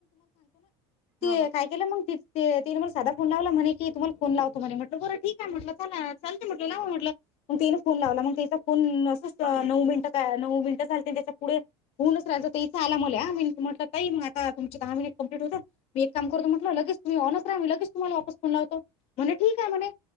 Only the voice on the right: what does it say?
ह
हो ना